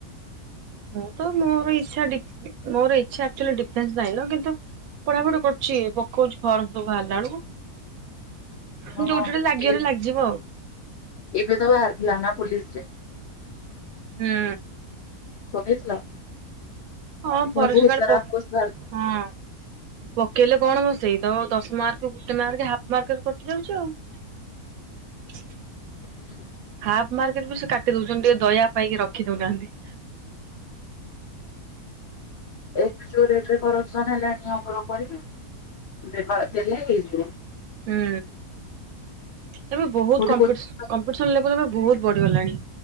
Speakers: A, on the right (about 75°); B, on the left (about 65°).
A: ମୁଁ ତ ମୋର ଇଛା ଡି ମୋର ଇଛା ଥିଲା ଡିଫେନ୍ସ ଲାଇନର କିନ୍ତୁ ପଢାପଢି କରୁଛି ପକଉଛି ଫର୍ମ ସବୁ ବାହାରିଲା ବେଳକୁ।
B: ହଁ
A: ଯୋଉଠି ଗୋଟେ ଲାଗିଗଲେ
B: ଏ
A: ଲାଗିଯିବ ଆଉ।
B: ଏବେ ତ ବାହାରିଥିଲା ନା ପୋଲିସରେ?
A: ହୁଁ।
B: ପକେଇଥିଲ?
A: ହଁ ଫରେଷ୍ଟ
B: ପୁଣି ବହୁତ
A: ଗାର୍ଡ
B: ସାରା
A: ପ
B: ପୋଷ୍ଟ ବାହାରିଛି।
A: ହଁ ପକେଇଲେ କଣ ମ ସେଇତ ଦଶ ମାର୍କ ଗୋଟେ ମାର୍କ ହାଫ୍ ମାର୍କରେ କଟି ଯାଉଛି ଆଉ। <inaudible>
B: ହୁଁ
A: ହାଫ୍ ମାର୍କରେ ବି ସେ କାଟି ଦଉଛନ୍ତି ଟିକେ ଦୟା ପାଇକି ରଖି ଦଉନାହାନ୍ତି।
B: <inaudible> ଏବେ ଯୋଉ ରେଟରେ କରପ୍ସନ୍ ହେଲାଣି ଆଉ କଣ କରିବେ ବେକାର୍ ଦେଲେ ହେଇଯିବ।
A: ହୁଁ ଏବେ ବହୁତ
B: କୋଉଠି
A: କମ୍ପିଟିସ୍
B: କୋଚିଂ
A: କମ୍ପିଟିସନ୍ ଲେବଲ୍ ଏବେ ବହୁତ୍ ବଢିଗଲାଣି,